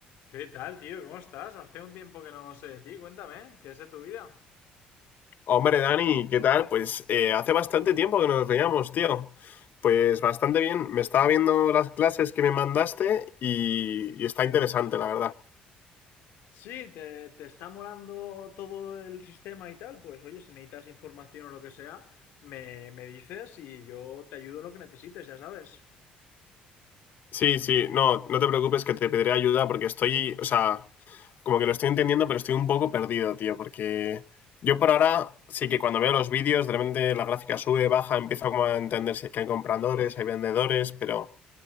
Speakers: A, on the left; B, on the left.
A: ¿Qué tal, tío? ¿Cómo estás? Hace un tiempo que no sé de ti. Cuéntame, ¿qué es de tu vida?
B: Hombre, Dani, ¿qué tal? Pues eh, hace bastante tiempo que no nos veíamos, tío. Pues bastante bien. Me estaba viendo las clases que me mandaste y, y está interesante, la verdad.
A: Sí, te, te está molando todo el sistema y tal, pues oye, si necesitas información o lo que sea, me, me dices y yo te ayudo en lo que necesites, ya sabes.
B: Sí, sí, no, no te preocupes que te pediré ayuda porque estoy, o sea, como que lo estoy entendiendo, pero estoy un poco perdido, tío, porque yo por ahora sí que cuando veo los vídeos, de repente la gráfica sube, baja, empiezo como a entender si es que hay compradores, hay vendedores, pero,